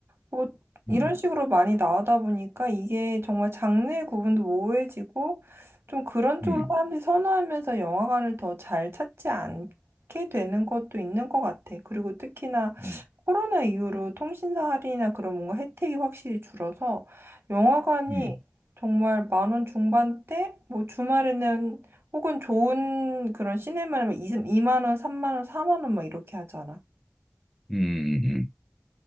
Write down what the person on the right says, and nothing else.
뭐 이런
식으로 많이 나오다 보니까 이게 정말 장르의 구분도 모호해지고 좀 그런 쪽으로
사람들이 선호하면서 영화관을 더 잘 찾지 않게 되는 것도 있는 것 같아. 그리고 특히나
코로나 이후로 통신사 할인이나 그런 뭔가 혜택이 확실히 줄어서 영화관이
정말 만 원 중반대 뭐 주말에는 혹은 좋은 그런 시네마는 2만 원, 3만 원, 4만 원 막 이렇게 하잖아.